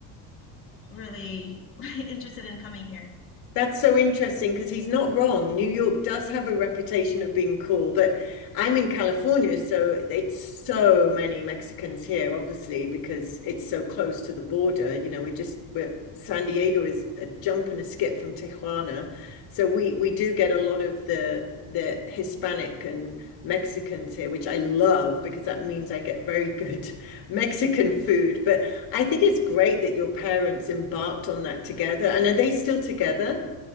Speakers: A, on the left (about 30°); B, on the left (about 55°).
A: really <laughs> interested in coming here.
B: That's so interesting because he's not wrong. New York does have a reputation of being cool, but I'm in California, so it's so many Mexicans here, obviously, because it's so close to the border. You know, we're just we're San Diego is a jump and a skip from Tijuana. So we we do get a lot of the the Hispanic and Mexicans here, which I love because that means I get very good <laughs> Mexican food. But I think it's great that your parents embarked on that together. And are they still together?